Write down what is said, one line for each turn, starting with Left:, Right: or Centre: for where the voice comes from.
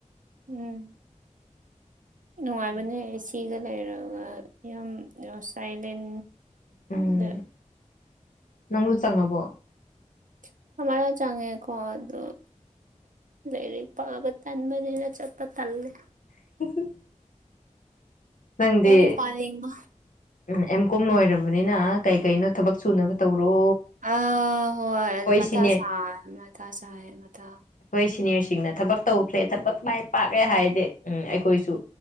Right: ꯎꯝ ꯅꯨꯡꯉꯥꯏꯕꯅꯦ
Left: ꯌꯥꯝꯅ ꯐꯥ
Right: ꯔꯤꯁꯤꯒ ꯂꯩꯔꯒ ꯌꯥꯝꯅ ꯁꯥꯏꯂꯦꯟ
Left: ꯎꯝ
Right: ꯗ
Left: ꯅꯪꯁꯨ ꯆꯪꯉꯕꯣ
Right: <unintelligible> ꯂꯩꯔꯤꯛ ꯄꯕ ꯇꯟꯕꯒꯤꯔꯥ ꯆꯠꯄ ꯇꯜꯂꯤ꯫
Left: <unintelligible> ꯅꯪꯗꯤ
Right: ꯂꯥꯏꯔꯤꯛ ꯄꯥꯅꯤꯡꯕ
Left: ꯎꯝ ꯑꯦꯝ ꯀꯣꯝ ꯂꯣꯏꯔꯕꯅꯤꯅ ꯀꯩ-ꯀꯩꯅꯣ ꯊꯕꯛ ꯁꯨꯅꯕ ꯇꯧꯔꯣ꯫
Right: ꯑ ꯍꯣꯏ
Left: ꯑꯩꯈꯣꯏ
Right: ꯃꯊꯥ
Left: ꯁꯤꯅꯦ
Right: ꯁ ꯃꯊꯥ ꯁꯥꯏ ꯃꯊꯥ꯫
Left: ꯑꯩꯈꯣꯏ ꯁꯤꯅꯤꯌꯔꯁꯤꯡꯅ ꯊꯕꯛ ꯇꯧꯈ꯭ꯔꯦ ꯊꯕꯛ ꯃꯥꯏ ꯄꯥꯛꯌꯦ ꯍꯥꯏꯔꯗꯤ ꯎꯝ ꯑꯩꯈꯣꯏꯁꯨ